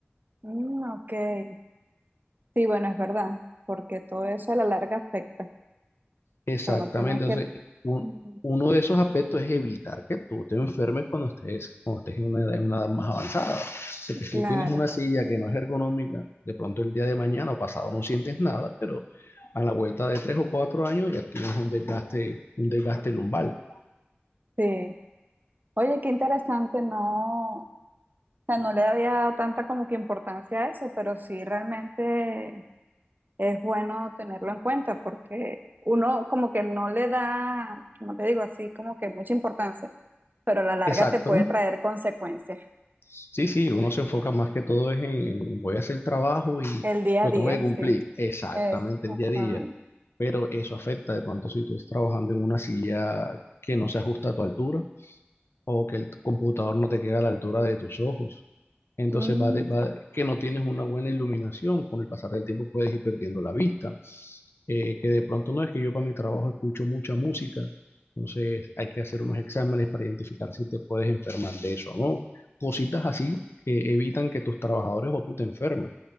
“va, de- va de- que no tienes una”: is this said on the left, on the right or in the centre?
Left